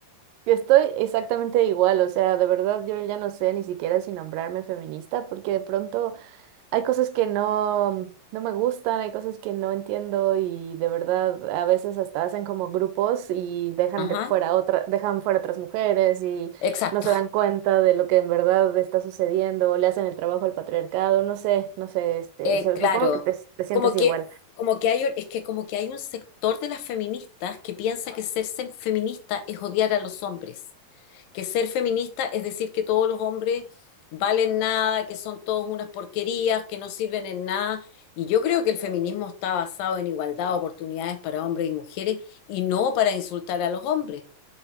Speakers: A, on the right (about 80°); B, on the left (about 80°).
A: Yo estoy exactamente igual, o sea, de verdad yo ya no sé ni siquiera si nombrarme feminista, porque de pronto hay cosas que no, no me gustan, hay cosas que no entiendo y de verdad a veces hasta hacen como grupos y dejan
B: Ajá,
A: de- fuera otra, dejan fuera otras mujeres y
B: exacto.
A: no se dan cuenta de lo que en verdad está sucediendo, o le hacen el trabajo al patriarcado, no sé, no sé, este,
B: Eh,
A: se-
B: claro,
A: supongo que te te sientes
B: como
A: igual.
B: que, como que hay, un- es que como que hay un sector de las feministas que piensa que ser ser feminista es odiar a los hombres. que ser feminista es decir que todos los hombres valen nada, que son todos unas porquerías, que no sirven en nada. Y yo creo que el feminismo está basado en igualdad de oportunidades para hombres y mujeres y no para insultar a los hombres,